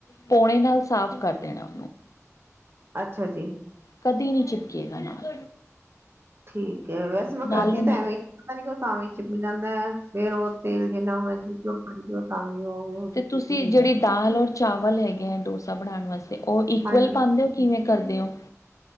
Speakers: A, on the left (about 85°); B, on the right (about 45°).
A: ਪੌਣੇ ਨਾਲ, ਸਾਫ਼ ਕਰ ਲੈਣਾ
B: ਅੱਛਾ ਜੀ।
A: ਕਦੀ ਨਹੀਂ, ਚਿਪਕੇਗਾ ਨਾਲ
B: ਠੀਕ ਹੈ, ਵੈਸੇ ਮੈਂ
A: ਨਾਲੋਂ
B: ਕਰਦੀ
A: ਨਾਲ
B: ਤਾਂ ਐਵੇਂ ਹੀ, ਪਤਾ ਨਈ ਤਾਂ ਵੀ, ਚਿਪਕ ਜਾਂਦਾ ਫੇਰ ਉਹ ਤੇਲ ਜਿੰਨਾ ਮਰਜ਼ੀ ਘਿਓ ਪਾਈ, ਜਾਓ ਤਾਂ ਵੀ ਉਹ
A: ਤੇ ਤੁਸੀਂ, ਜਿਹੜੀ ਦਾਲ ਔਰ ਚਾਵਲ ਹੈਗੇ ਹੈ, ਡੋਸਾ ਬਣਾਉਣ ਵਾਸਤੇ, ਉਹ ਇਕੁਅਲ
B: ਹਾਂਜੀ
A: ਪਾਉਂਦੇ ਹੋ ਕਿਵੇਂ ਕਰਦੇ ਹੋ?